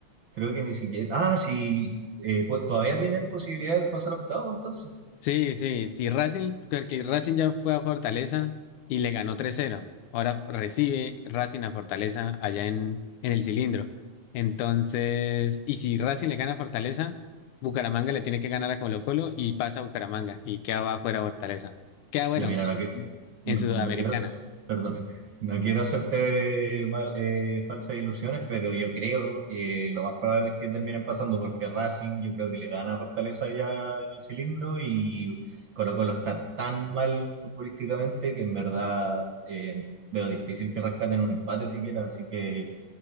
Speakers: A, on the right; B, on the left.
A: creo que ni siquiera. Ah, sí, eh, pues todavía tienen posibilidades de pasar a octavo, entonces.
B: Sí, sí, si Racing, porque Racing ya fue a Fortaleza y le ganó tres cero. Ahora recibe Racing a Fortaleza allá en, en el cilindro. Entonces, y si Racing le gana a Fortaleza, Bucaramanga le tiene que ganar a Colo-Colo y pasa a Bucaramanga y queda afuera Fortaleza. Queda bueno
A: Ya mira, no, que, no,
B: en Sudamericana.
A: no quiero, <laughs> s- perdón, no quiero hacerte mal, eh, falsas ilusiones, pero yo creo que lo más probable es que terminen pasando porque Racing yo creo que le gana a Fortaleza ya en el cilindro y Colo Colo está tan mal futbolísticamente que en verdad eh, veo difícil que rescaten un empate siquiera. Así que,